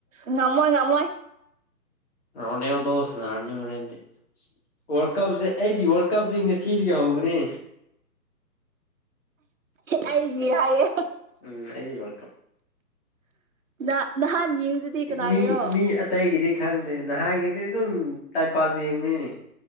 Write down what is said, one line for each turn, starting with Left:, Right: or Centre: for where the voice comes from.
Right: ꯉꯃꯣꯏ ꯉꯃꯣꯏ
Left: ꯔꯣꯅꯦꯜ ꯗꯣꯁ ꯅꯥꯔꯅꯤ ꯍꯣꯔꯦꯟꯗꯤ ꯋꯥꯔꯜ ꯀꯞꯁꯦ ꯑꯩꯒꯤ ꯋꯥꯔꯜ ꯀꯞꯇꯤ ꯉꯁꯤ ꯆꯤꯗꯤꯒꯤ ꯍꯧꯕꯅꯦ
Right: ꯑꯩꯗꯤ ꯍꯥꯏꯌꯦ
Left: ꯎꯝ ꯑꯩꯒꯤ ꯋꯥꯔꯜ ꯀꯞ
Right: ꯅ ꯅꯍꯥꯟ ꯌꯦꯡꯕꯗꯨꯗꯤ ꯀꯅꯥꯒꯤꯔꯣ
Left: ꯃꯤ ꯃꯤ ꯑꯇꯩꯒꯤꯗꯤ ꯈꯪꯗꯦ ꯅꯍꯥꯟꯒꯤꯗꯤ ꯑꯗꯨꯝ ꯇꯥꯏꯝ ꯄꯥꯁ ꯌꯦꯡꯕꯅꯤꯅꯦ